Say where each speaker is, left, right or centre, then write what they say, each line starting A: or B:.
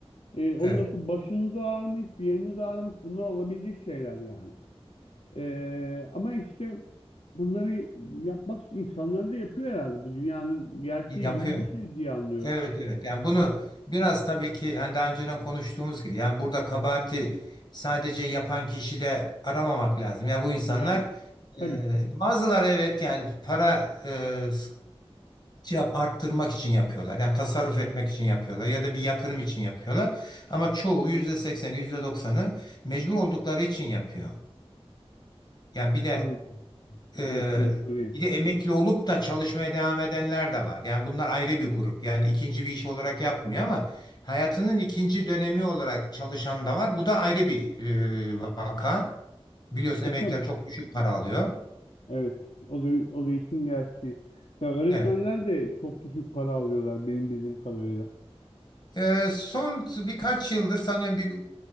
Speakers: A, on the left; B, on the left.
A: e, ondan
B: Evet,
A: sonra başınız ağrımış, bir yeriniz ağrımış, bunlar olabilecek şeyler yani. E, ama işte bunları yapmak insanlar da yapıyor herhalde. Bu dünyanın gerçeği
B: yapıyor.
A: gibi bir şey diye anlıyorum.
B: Evet evet. Yani bunu biraz tabii ki yani daha önceden konuştuğumuz gibi yani burada kabahati sadece yapan kişide aramamak lazım. Ya bu insanlar
A: Yani tabii
B: e,
A: ki.
B: bazıları evet yani para e, cevap arttırmak için yapıyorlar. Yani tasarruf etmek için yapıyorlar ya da bir yatırım için yapıyorlar. Ama çoğu yüzde sekseni, yüzde %90'ı mecbur oldukları için yapıyor. Yani bir de
A: Anladım.
B: e,
A: Evet, mecburiyet.
B: bir de emekli olup da çalışmaya devam edenler de var. Yani bunlar ayrı bir grup. Yani ikinci bir iş olarak yapmıyor ama hayatının ikinci dönemi olarak çalışan da var. Bu da ayrı bir e, vaka. Biliyorsun
A: E
B: emekliler
A: tabii.
B: çok düşük para alıyor.
A: Evet. O da, o da işin gerçeği. Ya öğretmenler
B: Evet.
A: de çok düşük para alıyorlar benim bildiğim kadarıyla.
B: Eee, son birkaç yıldır sanıyorum bir